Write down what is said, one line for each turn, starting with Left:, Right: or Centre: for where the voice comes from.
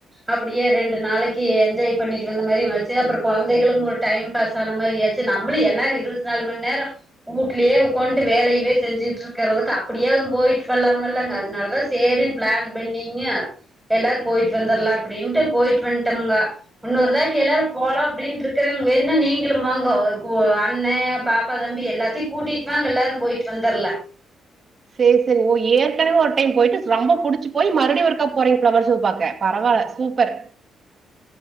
Centre: அப்படியே ரெண்டு நாளைக்கு என்ஜாய் பண்ணிட்டு வந்த மாரிச்சு அப்புறம் கெந்த டை பாஸ்ன மாரி ஆச்சு நம்மளு இருபத்தி நாலு மணி நேரம் வீட்லயே உக்காண்டு வேலயே செஞ்சுட்டு இருக்கிறதுக்கு அப்டியாது போயிட்டு வர்லாமல்லங்க அதனால தா சேரின்னு பிளான் பண்ணீங்க எல்லாரு போயிட்டு வந்துரல அப்டின்ட்டு போயிட்டு வந்துட்டோம்ங்க இன்னொரு தாட்டி எல்லாரு போலா அப்டின்ட்டு இருக்கறங்க வேணும் நீங்களும் வாங்க அண்ணன் பாப்பா தம்பி எல்லாத்தையும் கூட்டிட்டு வாாங்க எல்லாரும் போயிட்டு வந்துரல
Right: சேரி சேரி ஓ ஏற்கனவே ஒரு டைம் போயிட்டு ரொம்ப புடிச்சு போய் மறுபடியு ஒருக்கா போறீங்க பரவால ஃபிளவர்ஸே பாக்க பரவாயில்ல சூப்பர்